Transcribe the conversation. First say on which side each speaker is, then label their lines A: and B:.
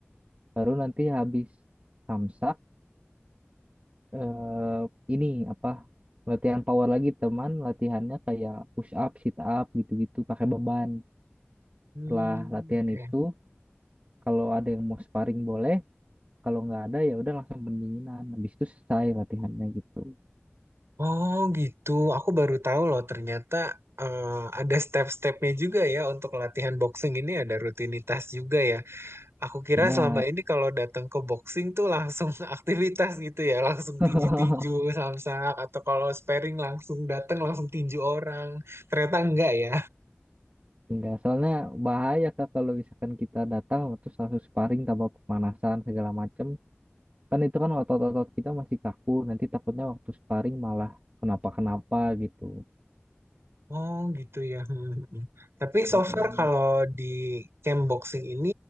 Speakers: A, on the right (about 35°); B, on the right (about 75°).
A: baru nanti habis samsak eh, ini apa latihan power lagi teman latihannya kayak push up sit up gitu-gitu pakai beban
B: hmm,
A: setelah latihan
B: oke.
A: itu kalau ada yang mau sparring boleh kalau nggak ada ya udah langsung pendinginan habis itu selesai latihannya gitu
B: Oh gitu. Aku baru tahu loh ternyata eh, ada step-stepnya juga ya untuk latihan boxing ini ada rutinitas juga ya. Aku kira
A: benar
B: selama ini kalau datang ke boxing tuh langsung <laughs> aktivitas gitu ya, langsung
A: <laughs>
B: tinju-tinju <laughs> samsak atau kalau sparring langsung datang langsung tinju orang. Ternyata enggak ya.
A: Enggak, soalnya bahaya kak kalau misalkan kita datang terus langsung sparring tanpa pemanasan segala macem. Kan itu kan otot-otot kita masih kaku, nanti takutnya waktu sparring malah kenapa-kenapa gitu.
B: Oh gitu ya. Hmm, hmm. hmm. Tapi so
A: Mm,
B: far kalau di camp boxing ini,